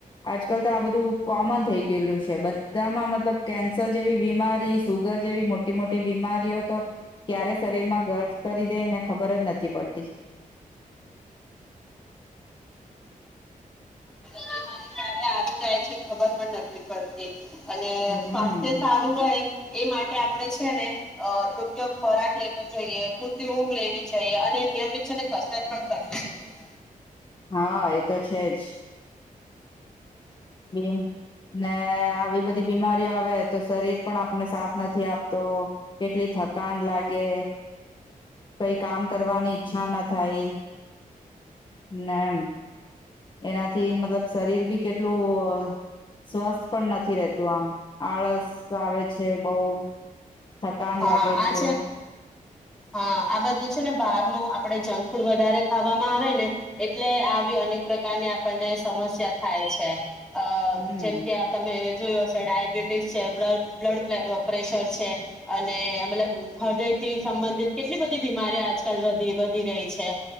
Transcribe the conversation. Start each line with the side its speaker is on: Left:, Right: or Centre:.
Left: આજકાલ તો આ બધું કોમન થઈ ગયેલું છે બધામાં મતલબ કેન્સર જેવી બીમારી સુગર જેવી મોટી મોટી બીમારીઓ તો ક્યારે શરીરમાં ગર્દ કરી દે ને ખબર જ નથી પડતી.
Centre: બીમારી ક્યારે આવી જાય છે ખબર પણ નથી પડતી. અને
Left: હમ
Centre: સ્વાસ્થ્ય સારું રહે એ માટે આપડે છે ને અ યોગ્ય ખોરાક લેવો જોઈએ પૂરતી ઊંઘ લેવી જોઈએ અને નિયમિત છે ને કસરત પણ કરવી જોઈએ.
Left: હા એ તો છે જ બ ને આવી બધી બીમારીઓ આવે તો શરીર પણ આપને સાથ નથી આપતો કેટલી થકાન લાગે કઈ કામ કરવાની ઈચ્છા ન થાય નાને એમ એનાથી મતલબ શરીર બી કેટલું સ્વસ્થ પણ નથી રહેતું આમ આળસ આવે છે બહ થકાન
Centre: હા
Left: લાગે
Centre: આ
Left: છે
Centre: હા આ બધું છે ને બહારનું આપણે જંક ફૂડ વધારે ખાવામાં આવે ને એટલે આવી અનેક પ્રકારની આપણને સમસ્યા થાય છે અ
Left: હમ
Centre: જેમ કે આ તમે જોયો હ છે ડાયાબિટીસ છે બ્લડ પ્રેશર છે અને મતલબ હૃદયથી સંબંધિત કેટલી બધી બીમારી આજકાલી વધી રહી છે